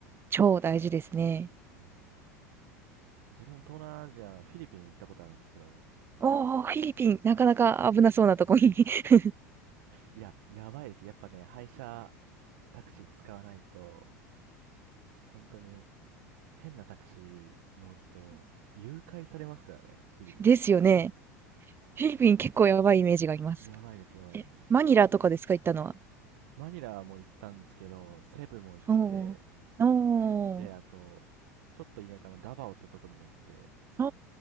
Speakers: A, on the right; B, on the right.
A: 超大事ですね。
B: うん。自分東南アジアのフィリピン行ったことあるんですけど、
A: おー、フィリピン、なかなか危なそうなとこに <laughs>
B: いや、やばいです。やっぱね、配車タクシー使わないと、本当に変なタクシー乗ると、誘拐されますからね、フィリピン。
A: ですよね。フィリピン結構やばいイメージがあります。
B: やばいです、やばいです。
A: マニラとかですか、行ったのは。
B: マニラも行ったんですけど、セブも行って、
A: おー、おー、
B: で、あと、ちょっと田舎のダバオってとこにも行って、
A: お